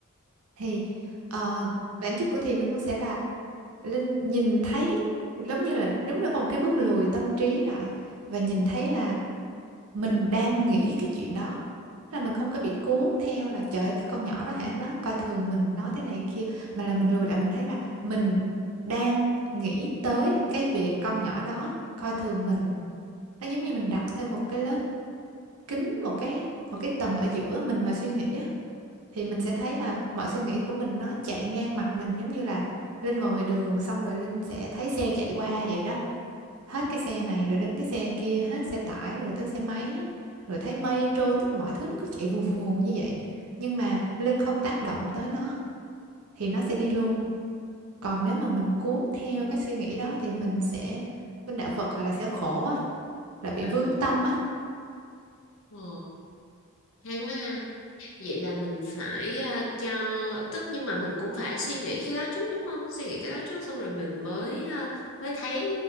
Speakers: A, on the right; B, on the left.
A: thì ờ, bản chất của thiền nó cũng sẽ là Linh nhìn thấy giống như là giống như là có một cái bước lùi tâm trí lại và nhìn thấy là mình đang nghĩ cái chuyện đó là mình không có bị cuốn theo là trời ơi cái con nhỏ đó hả nó coi thường mình nói thế này thế kia mà là mình lùi lại mình thấy là mình đang nghĩ tới cái việc con nhỏ đó coi thường mình nó giống như mình đặt thêm một cái lớp kính một cái một cái tầng ở giữa mình và suy nghĩ á thì mình sẽ thấy là mọi suy nghĩ của mình nó chạy ngang mặt mình giống như là Linh ngồi ngoài đường xong rồi Linh sẽ thấy xe chạy qua vậy đó hết cái xe này rồi đến cái xe kia hết xe tải rồi tới xe máy rồi thấy mây trôi tức là mọi thứ nó cứ chạy vù vù như vậy nhưng mà Linh không tác động tới nó thì nó sẽ đi luôn còn nếu mà mình cuốn theo cái suy nghĩ đó thì mình sẽ bên đạo Phật gọi là sẽ khổ á là bị
B: À,
A: vướng tâm á
B: ồ, hay quá ha. Vậy là mình phải ờ, cho tức nhưng mà mình cũng phải suy nghĩ cái đó trước đúng không? Suy nghĩ cái đó trước xong rồi mình mới ờ, mới thấy